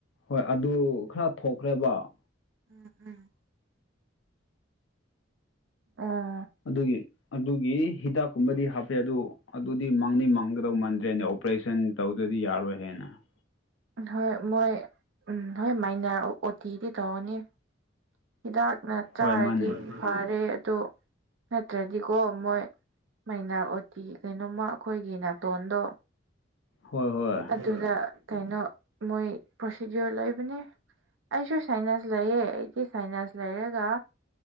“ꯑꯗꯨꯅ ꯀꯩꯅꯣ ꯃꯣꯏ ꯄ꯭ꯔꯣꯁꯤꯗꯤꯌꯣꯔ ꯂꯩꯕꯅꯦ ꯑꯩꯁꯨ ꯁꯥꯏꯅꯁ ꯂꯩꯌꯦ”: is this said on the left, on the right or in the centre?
Right